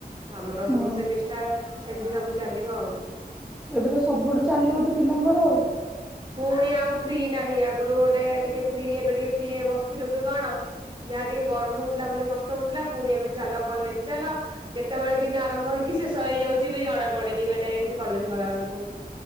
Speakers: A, on the right; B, in the centre.
A: ଆମର
B: ହଁ
A: ସବୁ ସେମିସ୍ ଏମିତି ସବୁ ଚାଲିବ। ହଉ।
B: ଏବେ ତ ସବୁଠୁ। ଚାଲିବ ତୁ ପିଲାଙ୍କର ଆଉ।
A: ପୁଣି ଆଉ ଫ୍ରି ନାହିଁ ଆଗରୁ ଗୋଟେ ଟିକେ ଫ୍ରି ଏବେ ଟିକେ ଫ୍ରି ବସିଥିଲୁ କି କଣ? ଯାହା ଟିକେ ଗରମ ହଉଥିଲା ବୋଲି କଷ୍ଟ ହଉଥିଲା ପୁଣି ଏବେ ଚାଲ କଲେଜ ଚାଲ କେତେବେଳେ ଦିନ ଆରମ୍ଭ ହେଇକି ଶେଷ ହେଇଯାଉଛି ବି ଜଣା ପଡେନି ମାନେ ଏମିତି କଲେଜ ଗଲାବେେଳକୁ।